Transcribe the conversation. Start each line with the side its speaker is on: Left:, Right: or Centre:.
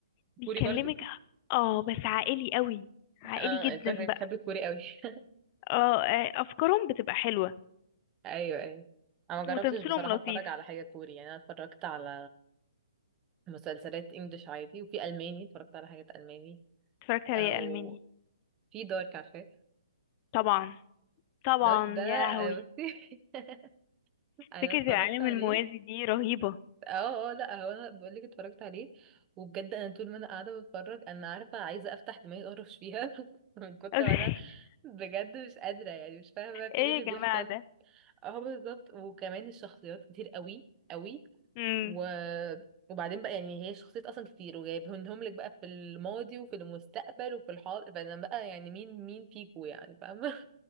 Left: بيكلمك
Right: كوري برضو
Left: اه بس عائلي قوي عائلي
Right: اه
Left: جدا
Right: انت شكلك
Left: بقى
Right: بتحب الكوري قوي <laughs>
Left: اه آه، افكارهم بتبقى حلوة
Right: ايوه ايوه انا ما
Left: وتمثيلهم
Right: جربتش بصراحه
Left: لطيف
Right: اتفرج على حاجه كوري يعني انا اتفرجت على مسلسلات انجليش عادي وفي الماني اتفرجت على حاجات الماني
Left: اتفرجت عليه
Right: او
Left: ألماني
Right: في دارك عارفاه
Left: طبعا طبعا
Right: دارك ده آه،
Left: يا لهوي
Right: بصي <laughs> انا
Left: فكرة
Right: اتفرجت
Left: العالم
Right: عليه
Left: الموازي دي رهيبة
Right: اه اه لا هو انا بقول لك اتفرجت عليه وبجد انا طول ما انا قاعده بتفرج انا عارفه عايزه افتح دماغي اقرش فيها <laughs> من كتر
Left: <laughs>
Right: ما انا بجد مش قادره يعني مش فاهمه في
Left: ايه
Right: ايه اللي
Left: يا جماعة
Right: بيحصل
Left: ده
Right: اه بالظبط وكمان الشخصيات كتير قوي قوي
Left: مم.
Right: و... وبعدين بقى يعني هي شخصيات اصلا كتير وجايبهم لك بقى في الماضي وفي المستقبل وفي الحاضر فانا بقى يعني مين مين فيكو يعني فاهمه